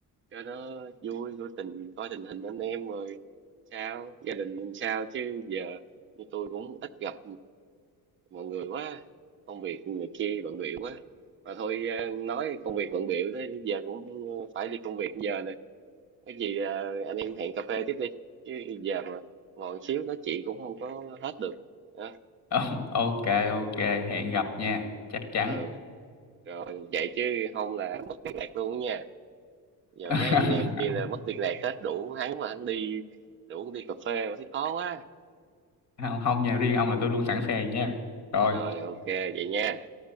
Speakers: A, on the right; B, on the left.
A: cho nó vui coi tình coi tình hình anh em rồi sao gia đình làm sao chứ giờ như tôi cũng ít gặp mọi người quá công việc này kia bận bịu quá mà thôi ờ, nói công việc bận bịu thế giờ cũng phải đi công việc giờ nè cái gì ờ, anh em hẹn cà phê tiếp đi chứ giờ mà ngồi xíu nói chuyện cũng không có hết được Đó.
B: <laughs> Ờ, ok ok hẹn gặp nha chắc chắn
A: ừ rồi vậy chứ không là mất liên lạc luôn nha giờ
B: <laughs>
A: mấy anh em kia là mất liên lạc hết đủ hắn mà hắn đi đủ đi cà phê mà thấy khó quá
B: không không nha riêng ông là tôi luôn sẵn sàng nha rồi
A: rồi ok vậy nha